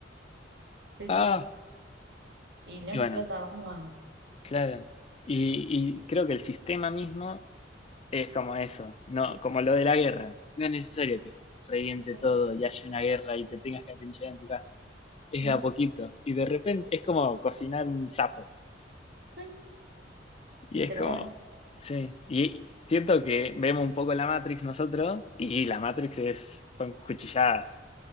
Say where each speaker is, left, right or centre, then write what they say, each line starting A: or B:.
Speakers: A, on the right; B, on the left.
A: Sí,
B: ah,
A: sí. Y no
B: y
A: explota
B: bueno,
A: más.
B: claro. Y, y creo que el sistema mismo Es como eso, no, como lo de la guerra. No es necesario que reviente
A: No,
B: todo y haya una guerra y te tengas que atinchar en tu casa. Es
A: no.
B: de a poquito. Y de repente es como cocinar un sapo.
A: Sí.
B: Y
A: Y
B: es
A: te lo
B: como,
A: comes.
B: sí. Y siento que vemos un poco la Matrix nosotros y la Matrix es, son cuchilladas.